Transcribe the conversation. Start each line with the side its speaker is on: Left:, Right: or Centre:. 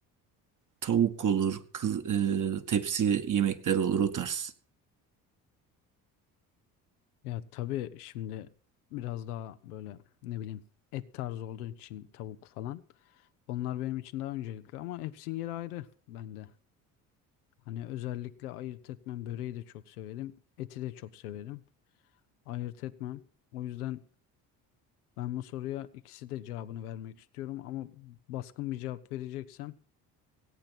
Right: tavuk olur, kız, e, tepsi yemekleri olur o tarz.
Left: Ya tabii şimdi biraz daha böyle ne bileyim et tarzı olduğu için tavuk falan. Onlar benim için daha öncelikli ama hepsinin yeri ayrı bende. Hani özellikle ayırt etmem böreği de çok severim. Eti de çok severim. Ayırt etmem. O yüzden ben bu soruya ikisi de cevabını vermek istiyorum ama baskın bir cevap vereceksem